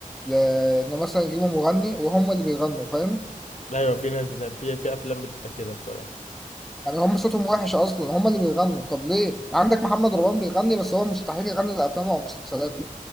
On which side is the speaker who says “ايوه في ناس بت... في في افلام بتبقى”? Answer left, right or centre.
Left